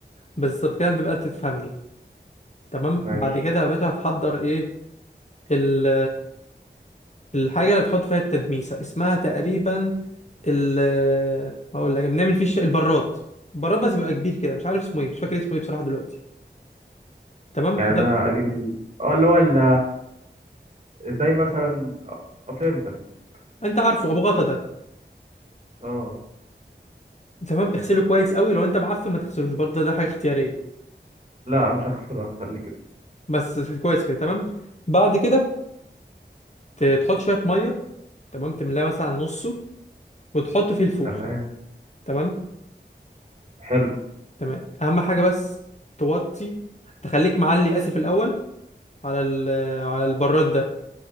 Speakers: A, on the left; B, on the right.
A: بالظبط كده تبقى أنت تفهمني تمام
B: ماشي
A: بعد كده يا باشا هتحضر ايه ال الحاجة اللي بتحط فيها التدميسة اسمها تقريبا ال هقول لك بنعمل فيه الش- البراد البراد بس يبقى كبير كده مش عارف اسمه ايه مش فاكر اسمه ايه بصراحة دلوقتي تمام
B: يعني انا
A: ده
B: اجيب ال... اه اللي هو ال- زي مثلا آه، فهمتك فهمتك
A: انت عارفه ابو غطا ده
B: اه
A: تمام اغسله كويس قوي لو انت معفن ما تغسلوش برضه ده, ده حاجة اختيارية
B: لا مش هغسله هخليه كده
A: بس كويس كده تمام بعد كده ت- تحط شوية مية تمام تملاه مثلا نصه وتحط فيه الفول
B: تمام
A: تمام
B: حلو
A: تمام اهم حاجه بس توطي تخليك معلي اسف الاول على ال... على البراد ده